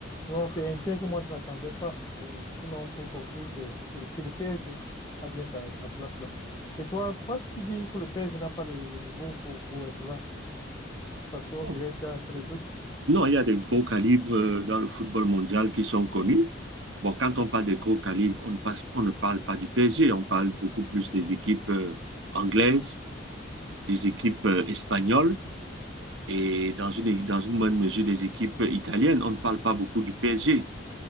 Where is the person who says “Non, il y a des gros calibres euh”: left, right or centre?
Right